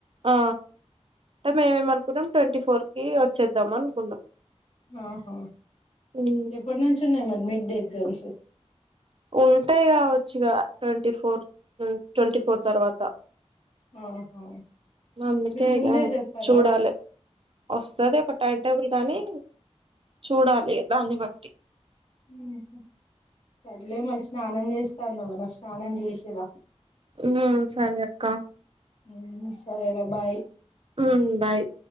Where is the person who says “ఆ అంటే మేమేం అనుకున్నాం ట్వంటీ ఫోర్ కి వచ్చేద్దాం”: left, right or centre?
Right